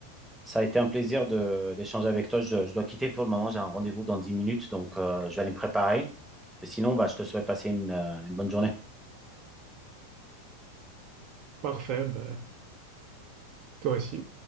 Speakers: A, in the centre; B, on the right (about 45°).
A: ça a été un plaisir de, d'échanger avec toi. Je, je dois quitter pour le moment, j'ai un rendez-vous dans 10 minutes, donc euh, je vais aller me préparer. Et sinon, bah, je te souhaite passer une, euh, une bonne journée.
B: Parfait, bah, toi aussi.